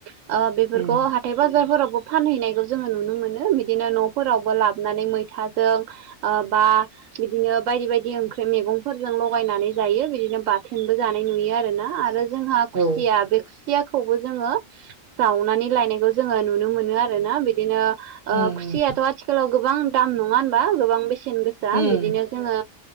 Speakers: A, on the right; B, on the right.
A: ओ बेफोरखौ
B: उम
A: हा थाइ बाजारफोरावबो फानहैनायखौ जोङो नुनो मोनो। बिदिनो न'फोरावबो लाबोनानै मैथाजों ओ बा बिदिनो बायदि बायदि ओंख्रि मैगं फोरजों लगायनानै जायो बिदिनो बाथोनबो जानाय नुयो आरोना आरो जोंहा खुसिया
B: औ
A: बे खुसिया खौबो जोङो जावनानै लायनायखौ जोङो नुनो मोनो आरो ना बिदिनो ओ
B: उम
A: खुसियाथ' आथिखालाव गोबां दाम नङा होनबा? गोबां बेसेन गोसा।
B: उम
A: बिदिनो जोङो